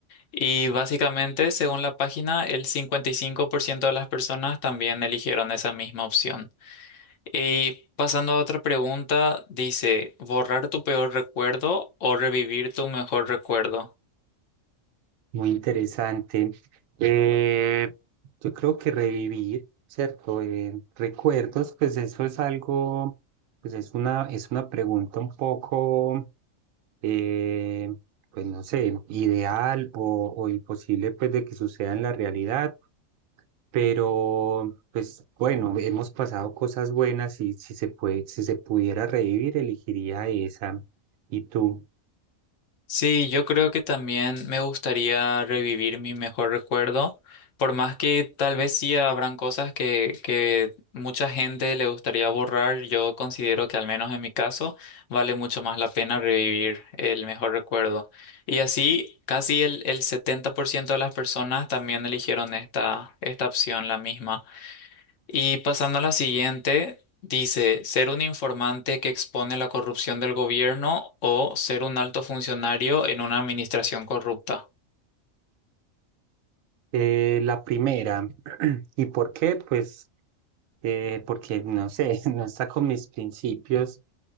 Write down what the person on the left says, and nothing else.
Y básicamente, según la página, el 55% de las personas también eligieron esa misma opción. Y pasando a otra pregunta, dice, ¿borrar tu peor recuerdo o revivir tu mejor recuerdo?
Sí, yo creo que también me gustaría revivir mi mejor recuerdo, por más que tal vez sí habrán cosas que, que mucha gente le gustaría borrar, yo considero que al menos en mi caso vale mucho más la pena revivir el mejor recuerdo. Y así casi el, el 70% de las personas también eligieron esta, esta opción, la misma. Y pasando a la siguiente, dice, ser un informante que expone la corrupción del gobierno o ser un alto funcionario en una administración corrupta.